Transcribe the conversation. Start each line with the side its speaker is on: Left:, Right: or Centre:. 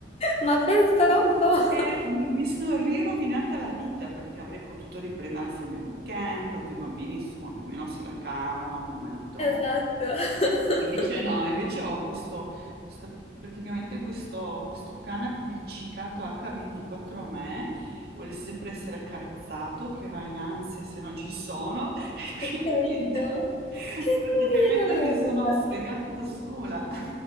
Left: Ma pensa un po'.
Right: E
Left: <laughs>
Right: mi sono rirovinata la vita perché avrei potuto riprendere a farmi un weekend, tanto i bambini insomma più o meno se la cavano, mio marito
Left: Esatto. <laughs>
Right: Invece no, invece ho questo, sto- praticamente questo, questo cane appiccicato H24 a me, vuole sempre essere accarezzato, che va in ansia se non ci sono, <laughs> e
Left: Che carino,
Right: quindi niente, <laughs>
Left: che
Right: praticamente
Left: carino Robert,
Right: mi sono fregata da sola. <laughs>